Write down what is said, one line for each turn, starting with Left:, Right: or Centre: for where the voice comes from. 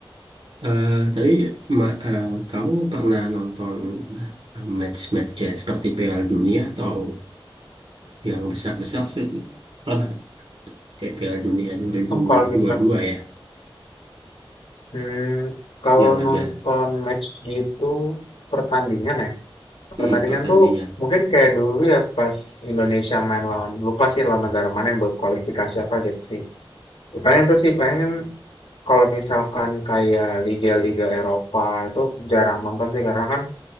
Right: Eh tapi ma- eh, kamu pernah nonton eh, match-match kayak seperti Piala Dunia atau yang besar-besar seperti pernah nggak? Kayak Piala Dunia dua ribu
Left: Oh kalau
Right: dua
Left: misal,
Right: puluh dua ya,
Left: hmm, kalau
Right: yang ada
Left: nonton match gitu pertandingan ya,
Right: mm,
Left: pertandingan
Right: pertandingan.
Left: tuh mungkin kayak dulu ya pas Indonesia main lawan, lupa sih lawan negara mana yang buat kualifikasi apa gitu sih. Ya, Paling itu sih pengen Kalau misalkan kayak liga-liga Eropa itu jarang nonton sih karena kan